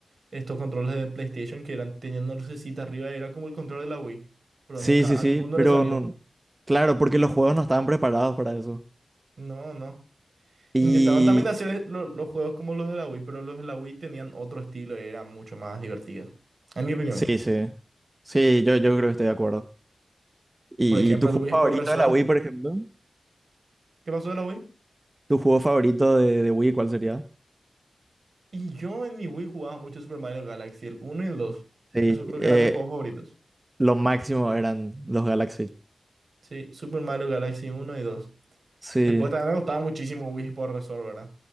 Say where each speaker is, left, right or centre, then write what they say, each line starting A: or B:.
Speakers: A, on the right (about 65°); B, on the right (about 25°).
A: estos controles de PlayStation que eran, tenían una lucecita arriba, era como el control de la Wii, pero
B: Sí,
A: nunca,
B: sí,
A: a
B: sí,
A: ninguno
B: pero
A: le salió.
B: no, claro, porque los juegos no estaban preparados para eso.
A: No, no.
B: Y
A: Intentaron también hacer e, lo- los juegos como los de la Wii, pero los de la Wii tenían otro estilo y era mucho más divertido, en mi opinión.
B: sí, sí, sí, yo, yo creo que estoy de acuerdo. ¿Y,
A: Por ejemplo,
B: y tu
A: el
B: juego
A: Wii
B: favorito
A: Sport Resort,
B: de la Wii, por ejemplo?
A: ¿qué pasó de la Wii?
B: ¿Tu juego favorito de, de Wii cuál sería?
A: Y yo en mi Wii jugaba mucho Super Mario Galaxy, el uno y el dos
B: Sí,
A: Eso creo
B: eh,
A: que eran mis juegos favoritos.
B: lo máximo eran los Galaxy.
A: Sí, Super Mario Galaxy uno y dos
B: Sí,
A: Después también me gustaba muchísimo Wii Sport Resort, ¿verdad?